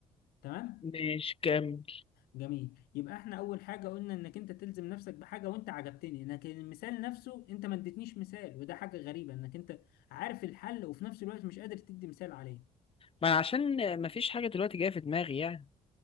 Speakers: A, on the left (about 75°); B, on the left (about 35°).
A: تمام
B: ماشي كمل
A: جميل يبقى احنا اول حاجه قلنا انك انت تلزم نفسك بحاجه وانت عجبتني لكن المثال نفسه انت ما اديتنيش مثال وده حاجه غريبه انك انت عارف الحل وفي نفس الوقت مش قادر تدي مثال عليه
B: ما أنا عشان ما فيش حاجه دلوقتي جايه في دماغي يعني